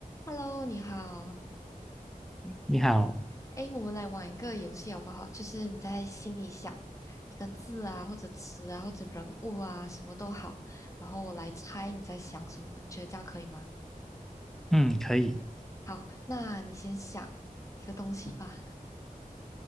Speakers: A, on the left (about 20°); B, in the centre.
A: Hello，你好。
B: 你好，
A: 哎，我们来玩一个游戏好不好？就是你在心里想一个字啊，或者词啊，或者人物啊，什么都好，然后我来猜你在想什么。你觉得这样可以吗？
B: 嗯，可以，
A: 好，那你先想一个东西吧。